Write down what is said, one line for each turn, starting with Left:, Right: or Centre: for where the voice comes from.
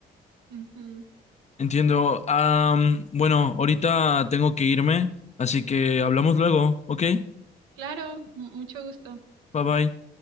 Right: Ujú.
Left: Entiendo. Am, bueno, ahorita tengo que irme, así que hablamos luego, ¿ok?
Right: Claro, mu- mucho gusto.
Left: Bye bye.